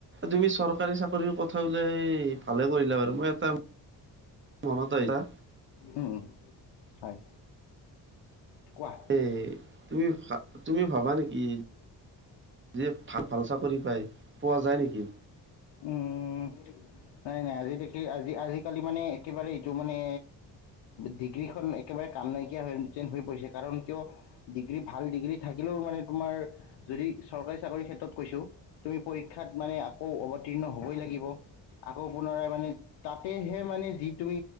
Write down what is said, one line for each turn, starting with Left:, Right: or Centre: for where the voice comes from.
Right: তুমি চৰকাৰী চাকৰি কথা ওলায় ভালে কৰিলা বাৰু মই এটা- মনত এইটা-
Left: উঁম উমঁ হয় কোৱা?
Right: এ তুমি তুমি ভাবা নেকি? যে ভাল ভাল চাকৰি পায় পোৱা যায় নেকি?
Left: উমঁ উমঁ উমঁ নাই নাই আজি দে আজি আজিকালি মানে একেবাৰে- টো মানে ডিগ্ৰীখন একেবাৰে কাম নাইকিয়া হৈন হৈ পৰিছে কাৰণ কিয়? ডিগ্ৰী ভাল ডিগ্ৰী থাকিলেও মানে তোমাৰ যদি চৰকাৰী চাকৰি ক্ষেত্ৰত কৈছোঁ। তুমি পৰীক্ষাত মানে আকৌ অৱতীৰ্ণ হবই লাগিব। আকৌ পুনৰাই মানে তাতেহে মানে যি তুমি